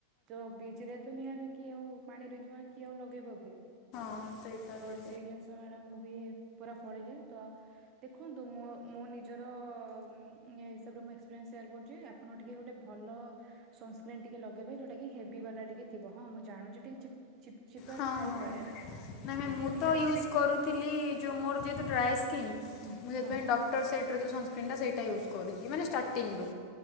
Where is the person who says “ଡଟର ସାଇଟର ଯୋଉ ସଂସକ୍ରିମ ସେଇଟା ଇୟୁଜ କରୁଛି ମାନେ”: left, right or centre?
Left